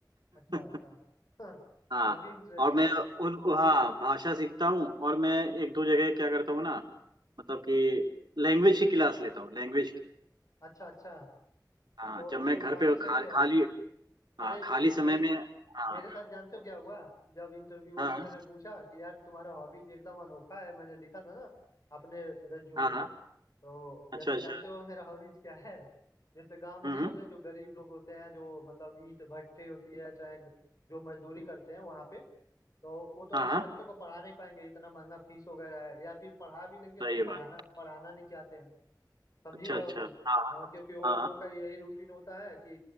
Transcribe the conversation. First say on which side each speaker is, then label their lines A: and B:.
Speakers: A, on the left (about 50°); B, on the right (about 75°).
A: अच्छा अच्छा
B: <laughs>
A: <laughs>
B: हाँ
A: काफी इंटरेस्टिंग
B: और मैं
A: है
B: उन हाँ भाषा सीखता हूँ और मैं एक दो जगह क्या करता हूँ ना मतलब कि लैंग्वेज की क्लास लेता हूँ लैंग्वेज की
A: अच्छा अच्छा
B: हाँ
A: तो
B: जब मैं
A: ये
B: घर
A: काफी
B: पे खा,
A: सही है
B: खाली
A: अरे
B: हाँ खाली समय
A: मेरे
B: में हाँ
A: मेरे साथ जानते हो क्या हुआ जब इंटरव्यूअर
B: हाँ
A: ने
B: हाँ
A: मैंने पूछा कि यार तुम्हारा हॉबीज एकदम अनोखा है मैंने लिखा था ना अपने रिज्यूमे
B: हाँ हाँ,
A: में तो
B: अच्छा
A: जैसे
B: अच्छा
A: जानते हो मेरा हॉबीज क्या है जैसे गांव में
B: हम्म
A: नहीं
B: हम्म,
A: होते हैं जो गरीब लोग होते हैं जो मतलब ईंट भट्ठी होती है चाहे ग- जो मजदूरी करते हैं वहां पे तो वो तो
B: हाँ
A: अपने
B: हाँ
A: बच्चों को पढ़ा नहीं पाएंगे इतना महंगा फीस वगैरह है या फिर पढ़ा भी लेंगे
B: सही
A: तो
B: है
A: पढ़ाना
B: बात
A: पढ़ाना नहीं चाहते हैं समझ
B: अच्छा
A: ही रहे
B: अच्छा
A: हो तुम
B: हाँ
A: हाँ
B: हाँ
A: क्योंकि वो उन
B: हाँ
A: लोग का यही रूटीन होता है कि